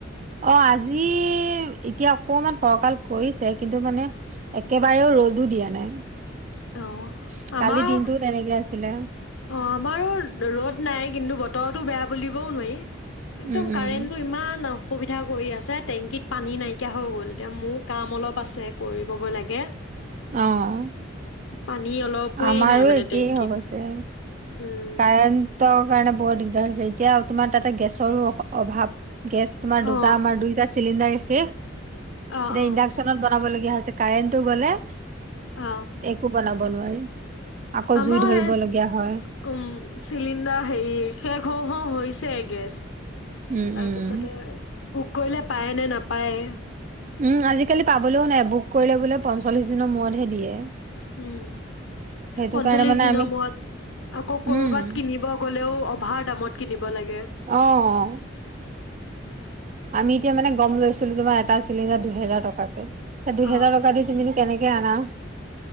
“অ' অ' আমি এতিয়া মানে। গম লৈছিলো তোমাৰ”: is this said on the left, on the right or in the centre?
Right